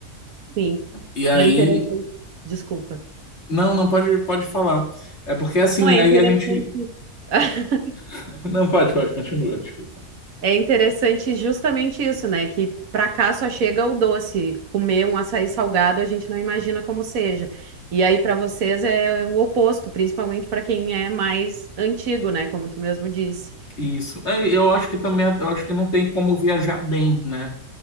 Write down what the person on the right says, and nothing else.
Sim,
é interessante. Desculpa.
Não, é
interessante.
<laughs>
É interessante justamente isso, né? Que pra cá só chega o doce. Comer um açaí salgado, a gente não imagina como seja. E aí pra vocês é o oposto, principalmente pra quem é mais antigo, né? Como tu mesmo disse.